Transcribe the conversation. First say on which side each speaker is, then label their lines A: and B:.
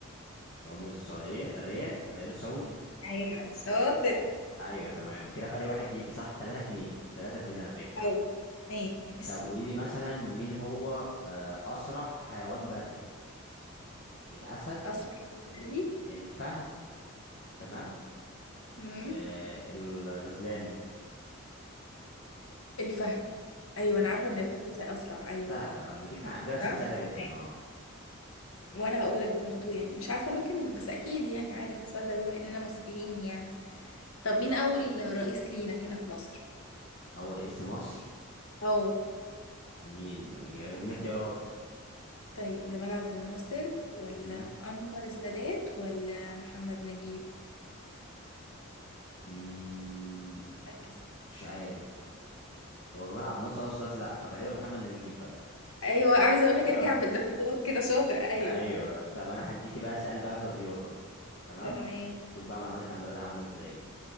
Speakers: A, on the left; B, on the left.
A: عملة السعوديه الريال الريال السعودي
B: ايوه شاطر
A: ايوه تمام كده فرق واحد ليكي صح 3 2 3 2 انا فاكر
B: أوي ماشي
A: طب قولي لي مثلا مين هو آه، أسرع حيوان بري الأسد
B: أسرع حاجة بري
A: الفهد تمام
B: مم.
A: آه، الغزلان
B: الفهد أيوة
A: مم.
B: أنا عارفة إن الفهد س- أسرع أيوة
A: سهلة أنا بديك على فكرة أسئلة
B: صح
A: سهلة جدا
B: أيوة.
A: أه
B: وأنا هقول لك برضو يعني مش عارفة ممكن بس أكيد يعني عارف السؤال ده بما إننا مصريين يعني طب مين أول رئيس لينا كنا في مصر؟
A: أول رئيس لمصر
B: أو
A: مين يديني اختيارات
B: طيب جمال عبد الناصر ولا
A: مم.
B: أنور السادات ولا محمد نجيب؟
A: مم.
B: ركز
A: مش عارف هو جمال عبد الناصر أرسلت لأ فغالبا محمد نجيب بقى
B: أيوة عايزة أقول لك
A: ده
B: ارجع بالدرجات كده شاطر أيوة
A: أيوه طب أنا هديكي بقى أسأل بقى في الرياضة تمام
B: تمام
A: شوف بقى معلوماتك عن الرياضة عاملة إزاي